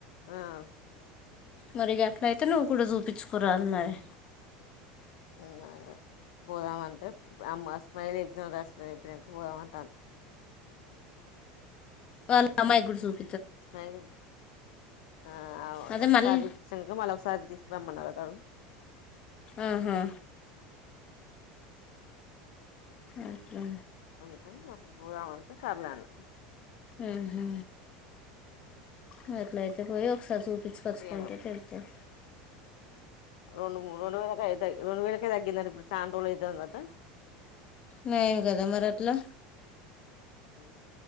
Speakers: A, on the left; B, on the left.
A: ఆ
B: మరి అట్ల అయితే నువ్వు కూడా చూపించుకోరాదు మరి
A: ఊ అదే పోదామంటే అమ్మ స్మైల్ ఎగ్జామ్ రాసుడు ఐపోయ్ నంక పోదామంటను
B: వాళ్ళ అమ్మాయి ఎ గుడు చూడ్
A: స్మైలీ ది ఆ
B: అదే
A: ఒకసారి
B: మళ్ళీ
A: చూపించినాక మళ్ళీ ఒకసారి తీసుకురమ్మన్నారు అగు
B: ఆహా ఓకే
A: అందుకని అప్పుడు పోదామంటే సరలే అన్న
B: ఏహి మరి అట్ల అయితే పోయి ఒకసారి చూపించుకొచ్చుకుంటే
A: నేను
B: తెళ్తది
A: రెండు రెండు వేలక రెండు వేలకే తగ్గిందాట ఇప్పుడు చాండ్రోలు అయితదట
B: న ఏం కదా మరట్లా
A: ఓ